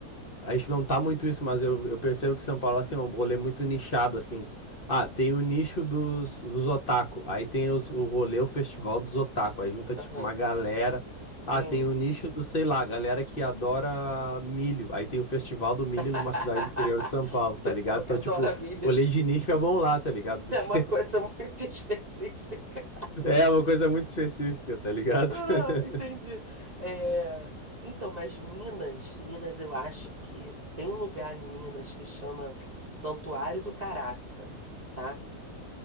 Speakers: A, on the left; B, on the right.
A: A gente não tá muito isso, mas eu, eu percebo que São Paulo assim, é um rolê muito nichado, assim. Ah, tem o nicho dos, dos otaku. Aí tem os, o rolê, o festival dos otaku. Aí junta, tipo,
B: aham,
A: uma galera.
B: sim.
A: Ah, tem o nicho do, sei lá, galera que adora milho. Aí tem o festival do milho
B: <laughs>
A: numa cidade do interior de São Paulo, tá
B: Pessoal
A: ligado?
B: que
A: Então,
B: adora
A: tipo,
B: milho
A: rolê de nicho é bom lá, tá ligado? Porque
B: é uma coisa muito específica.
A: <laughs> é uma coisa muito específica, tá ligado?
B: Ah,
A: <laughs>
B: entendi. É, então, mas Minas, Minas, eu acho que tem um lugar em Minas que chama Santuário do Caraça, tá?